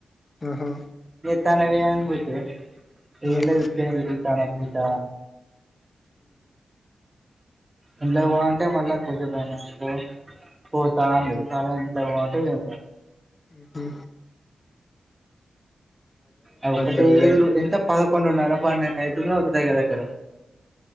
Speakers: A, on the left (about 45°); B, on the right (about 25°).
A: ఆహా
B: తనవే పో ఏ
A: హ్మ్
B: వి తన అంట ఇండ్లకు పో అంటే మళ్ళా కూర్చిపోయినాకు పోతా అండి చాలా ఇంట్లో ఉంటుంది ఏ
A: ఉహు
B: ఆ ఒక్కటే
A: డల్ అయింది
B: ఎంత పద్ పదకొండున్నర్ర పన్నేండు అయితుందో దగ్గర దగ్గర